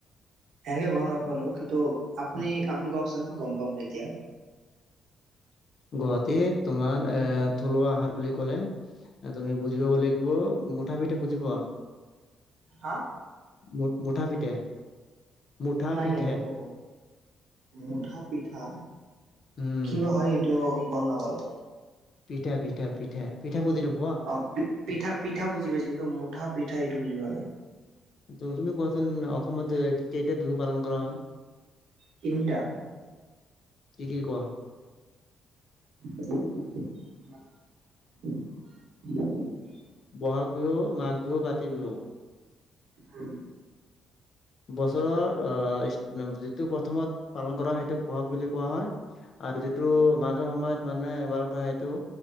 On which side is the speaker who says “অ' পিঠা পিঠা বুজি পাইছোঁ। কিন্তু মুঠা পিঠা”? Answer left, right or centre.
Right